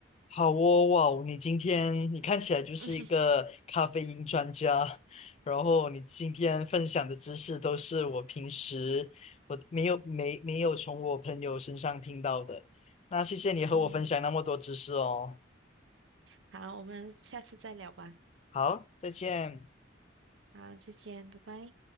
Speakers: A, on the left; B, on the right.
A: 好哦，哇哦，你今天你看起来就是一个咖啡因专家，
B: <laughs>
A: 然后你今天分享的知识都是我平时我没有没没有从我朋友身上听到的，那谢谢你和我分享那么多知识哦。
B: 嗯，好，我们下次再聊吧。
A: 好，再见。
B: 好，再见，拜拜。